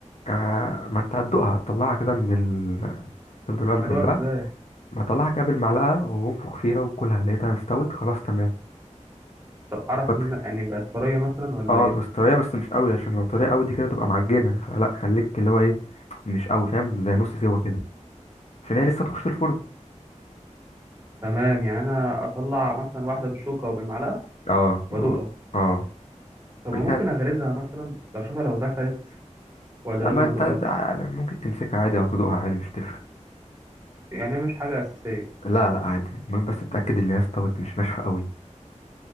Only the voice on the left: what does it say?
آه ما انت هتدوقها هتطلعها كده من ال... تفضل واقف
جنبها
ما تطلعها كده بالمعلقه وانفخ فيها وكلها لقيتها استوت خلاص تمام
الفتح
اه
تبقى طريه بس مش قوي عشان لو طريه قوي دي كده تبقى معجنه فلا خليك اللي هو ايه مش قوي فاهم زي نص سوا كده عشان هي لسه تخش الفرن
اه
و- اه
لقيتها
لما
انت
ده- ممكن تمسكها عادي او تدوقها عادي مش تفرق
لا لا عادي المهم بس تتاكد ان هي استوت مش ناشفه قوي